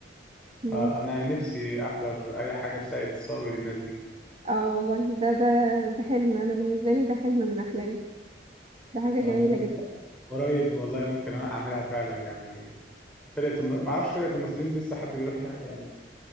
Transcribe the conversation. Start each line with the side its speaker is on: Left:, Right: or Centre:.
Right: ممكن
Centre: آه انا نفسي احضر اي حاجه في ساقية الصاوي للناس دي
Right: اه والله ده ده ده حلم أنا بالنسبة لي ده حلم من أحلامي ده حاجة
Centre: يعني
Right: جميلة
Centre: انا بف...
Right: جدا
Centre: قريب والله ممكن انا اعملها فعلا يعني فرقة الم... ما اعرفش فرقة المصريين لسه حد بيروح يعني